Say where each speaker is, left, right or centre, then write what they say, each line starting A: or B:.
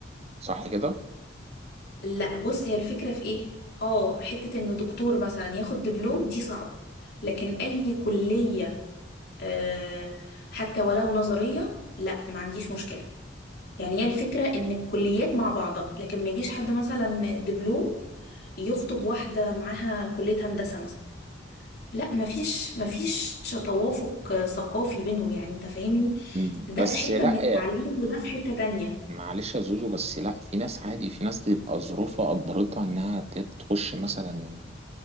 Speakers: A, on the right; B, on the left.
A: صح كده
B: لا بص هي الفكرة في ايه اه حتة ان دكتور مثلا ياخد دبلوم دي صعب لكن اي كلية آه حتى ولو نظرية لا ما عنديش مشكلة يعني هي الفكرة ان الكليات مع بعضها لكن ما يجيش حد مثلا دبلوم يخطب واحدة معاها كلية هندسة مثلا لا ما فيش ما فيش توافق آه، ثقافي بينهم يعني انت فاهمني
A: م،
B: ده
A: بس
B: في حتة
A: لا
B: من التعليم وده في حتة تانية
A: معلش يا زوزو بس لا في ناس عادي في ناس بيبقى ظروفها اجبرتها انها ت- تخش مثلا